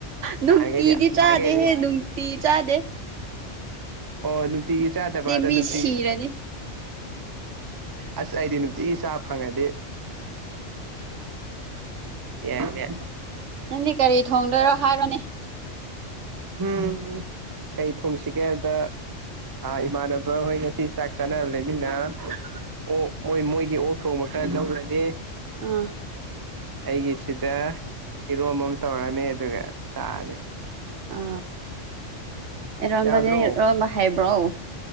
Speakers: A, on the right; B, on the right.
A: ꯅꯨꯡꯅꯨꯡꯇꯗꯤ
B: ꯅꯍꯥꯟꯈꯩꯗꯤ ꯅꯍꯥꯟꯈꯩꯗꯤ
A: ꯆꯥꯗ ꯍꯦ ꯅꯨꯡꯇ ꯆꯥꯗ
B: ꯑꯣ ꯅꯨꯡꯇꯤꯒꯤ ꯆꯥꯗꯕꯗ ꯑꯗ
A: ꯃꯤ
B: ꯅꯨꯡꯇꯤ
A: ꯁꯤꯔꯅꯤ
B: ꯑꯁ ꯑꯩꯗꯤ ꯅꯨꯡꯇꯤꯒꯤ ꯆꯥ ꯐꯪꯉꯗꯤ ꯌꯥꯏꯅꯦ
A: ꯅꯪꯗꯤ ꯀꯔꯤ ꯊꯣꯡꯗꯣꯏꯔꯣ ꯍꯥꯏꯔꯣꯅꯦ
B: ꯎꯝ ꯀꯩ ꯊꯣꯡꯁꯤꯒꯦ ꯍꯥꯏꯕꯗ ꯑꯥ ꯏꯃꯥꯟꯅꯕ ꯍꯣꯏ ꯉꯁꯤ ꯆꯥꯛ ꯆꯥꯅꯕꯂꯩꯝꯅꯤꯅ ꯑꯣ ꯃꯣꯏ ꯃꯣꯏꯒꯤ ꯑꯣꯛ ꯊꯣꯡꯕ ꯈꯔ ꯂꯧꯔꯅꯤ
A: ꯑꯥ
B: ꯑꯩꯒꯤꯁꯤꯗ ꯏꯔꯣꯝꯕ ꯑꯃ ꯇꯧꯔꯅꯤ ꯑꯗꯨꯒ ꯆꯥꯔꯅꯤ
A: ꯑ ꯏꯔꯣꯝꯕꯗꯤ
B: ꯌꯥꯗ꯭ꯔꯣ
A: ꯏꯔꯣꯝꯕ ꯍꯩꯕ꯭ꯔꯣ